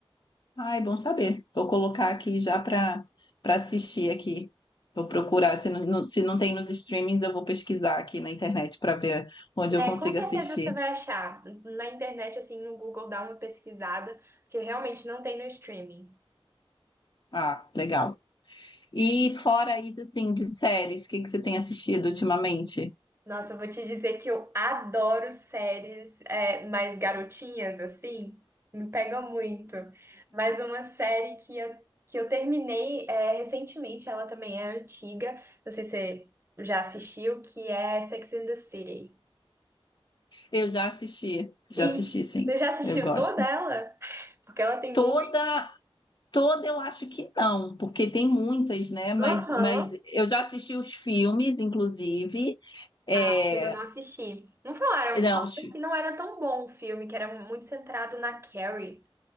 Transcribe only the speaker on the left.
Ai, bom saber. Vou colocar aqui já para para assistir aqui. Vou procurar. Se não, não- se não tem nos streamings, eu vou pesquisar aqui na internet para ver onde
eu consigo
assistir.
Ah, legal. E fora isso, assim, de séries, o que que você tem assistido ultimamente?
Eu já assisti, já
assisti, sim.
Eu gosto.
Toda,
toda eu acho que não, porque tem muitas, né? Mas,
mas eu já assisti os filmes, inclusive. É,
não,
os-